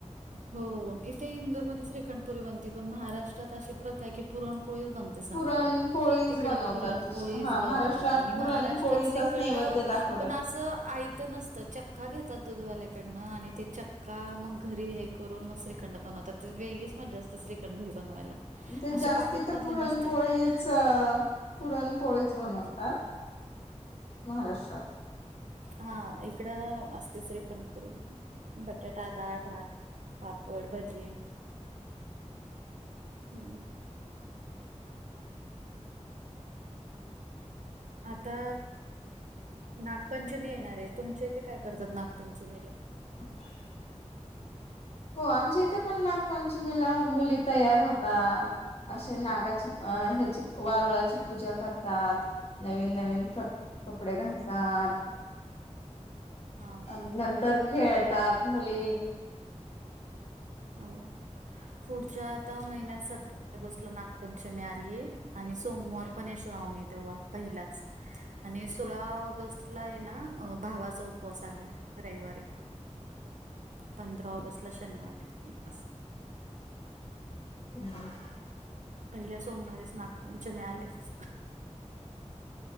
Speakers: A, on the right; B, on the left.
A: हो, इथे इंदोरमध्ये श्रीखंड पुरी बनते, पण महाराष्ट्रात अशी प्रथा आहे की पुरणपोळीच बनते सणाला,
B: पुरण पोळीच
A: तिकडे
B: बनवतात
A: पुरणपोळीच
B: हा
A: बनवतात.
B: महाराष्ट्रात
A: आणि
B: पुरण
A: महाराष्ट्रात
B: पोळीचाच
A: श्रीख श्रीखंड
B: नैवेद्य दाखवतात.
A: पण असं आइत आईत नसत. चक्का घेतात दूधवाल्याकडनं आणि ते चक्का मग घरी हे करून मग श्रीखं श्रीखंड बनवतात, वेगळीच मजा असते श्रीखंड घरी बनवायला.
B: ते
A: असे
B: जास्ती
A: पाकिटमधले
B: तर पुरणपोळीच,
A: नसतात.
B: पुरणपोळीच बनवतात.
A: हं.
B: महाराष्ट्रात.
A: हा इकड असते श्रीखंणपुरी. बटाटा, दाळ, भात, पापड, भजे हम्म. आता नागपंचमी येणार आहे, तुमच्या इथे काय करतात नाग पंचमीेला?
B: <inaudible> हो, आमच्या इथे पण नागपंचमीला मुली तयार होतात असे नागाची, अ ह्याची, वारुळाची पूजा करतात. नवीन नवीन प्रक
A: हम्म.
B: कपडे घालतात,
A: हा
B: आणि नंतर खेळतात मुली.
A: हो पुढच्या आठव्या महिन्यात सतरा ऑगस्टला नागपंचमी आली. आणि सोमवार पण आहे श्रावणी तेव्हा पहिलाच आणि सोळा ऑगस्ट ला आहे ना, अ भावाचा उपवास आलाय रविवारी. पंधरा ला ऑगस्टला शनिवारी आहे? अस
B: ह्
A: पहिल्या सोमवारीेच नागपंचमी आलीच?